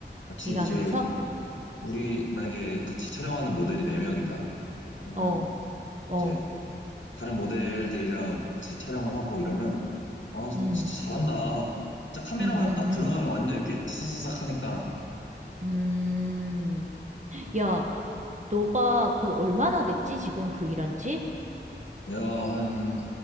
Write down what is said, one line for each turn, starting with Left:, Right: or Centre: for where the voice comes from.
Left: 마치
Right: 일하면서?
Left: 이제 우리 만약에 같이 촬영하는 모델이 네 명이다 라고 하면
Right: 어, 어,
Left: 이제 다른 모델들이랑 같이 촬영을 하고 이러면 아, 정말
Right: 음,
Left: 진짜 잘한다. 진짜 카메라만
Right: 음, 음,
Left: 딱 들어가면 완전 이렇게 차사사삭 하니까
Right: 음, 음. 야, 너가 그 얼마나 됐지? 지금 그 일한 지?
Left: 내가 한